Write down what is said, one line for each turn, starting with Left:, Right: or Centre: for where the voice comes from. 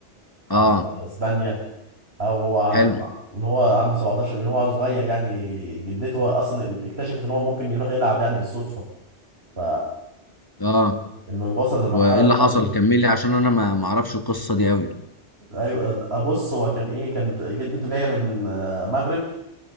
Right: على
Left: اه
Right: اسبانيا او هو عنده
Left: حلو
Right: من هو عنده 17 من هو صغير يعني جدته اصلا اكتشفت ان هو ممكن يروح يلعب يعني بالصدفه ف
Left: اه
Right: انه وصل للمرحله
Left: وايه اللي
Right: دي يعني
Left: حصل
Right: غريبه
Left: كملي عشان انا ما ما اعرفش القصه دي قوي
Right: ايوه ابص هو كان ايه كانت جدته جايه من آه، المغرب